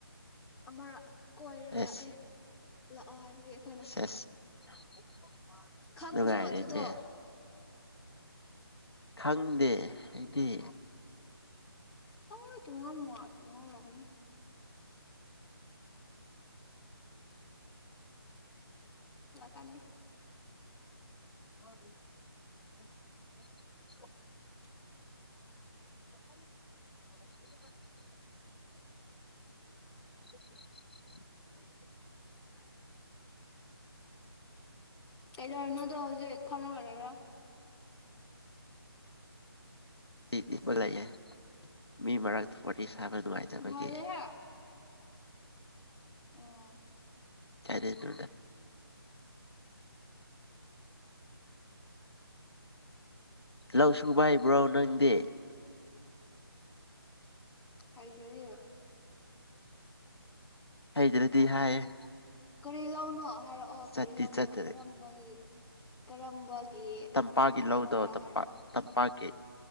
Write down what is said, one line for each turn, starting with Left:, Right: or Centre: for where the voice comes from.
Centre: ꯑꯃꯔꯛ ꯀꯣꯏꯔ
Left: ꯑꯦꯁ
Centre: ꯂꯥꯛꯑꯦ ꯂꯥꯛꯑꯣ ꯍꯥꯏꯕꯒꯤ ꯑꯩꯈꯣꯏꯅ
Left: ꯁꯦꯁ <inaudible>
Centre: ꯈꯪꯗ꯭ꯔꯣ
Left: ꯅꯨꯡꯉꯥꯏꯔꯦꯅꯦ
Centre: ꯑꯗꯨꯗꯣ
Left: ꯈꯪꯗꯦ ꯍꯥꯏꯗꯤ
Centre: ꯑ ꯇꯨꯡꯉ ꯃꯉ ꯇꯨꯡꯉꯧ ꯂꯕꯅꯦ ꯑ ꯂꯀꯥꯅꯣꯏ
Left: ꯎ ꯎꯝ <unintelligible> <unintelligible>
Centre: ꯁꯨꯗ꯭ꯔ ꯀ ꯁꯥ ꯑꯦꯙꯣꯔꯅ ꯇꯣ ꯍꯧꯖꯤ ꯐꯥꯎꯅꯦ
Left: ꯗꯤꯄꯒꯏꯦ ꯃꯤ ꯃꯔꯔꯒ ꯐꯁ ꯊꯥꯕ ꯅꯨꯡꯉꯥꯏꯇꯕꯒꯤ
Centre: ꯉꯜꯂꯦꯍꯦ ꯎꯝ
Left: ꯀꯔꯤꯗ ꯂꯧ ꯁꯕ ꯍꯥꯏꯕ꯭ꯔꯣ ꯅꯪꯗꯤ
Centre: ꯍꯥꯏꯗ꯭ꯔꯣꯔꯤ
Left: ꯍꯥꯏꯩꯗ꯭ꯔꯗꯤ ꯍꯥꯏꯌꯦ
Centre: ꯀꯔꯤ ꯂꯥꯎꯅꯣ ꯍꯥꯏꯔꯛꯑꯣ ꯀꯔꯤ
Left: ꯆꯠꯇꯤ
Centre: ꯂꯧꯅꯣ
Left: ꯆꯠꯇ꯭ꯔꯦ
Centre: ꯀꯔꯝꯕꯒꯤ ꯀꯔꯝꯕꯒꯤ
Left: ꯇꯝꯄꯥꯛꯀꯤ ꯂꯧꯗꯣ
Centre: ꯊꯕꯛꯔꯥ
Left: ꯇꯝꯄꯥꯛ
Centre: ꯍꯥꯏꯔꯛꯑꯣ
Left: ꯇꯝꯄꯥꯛꯀꯤ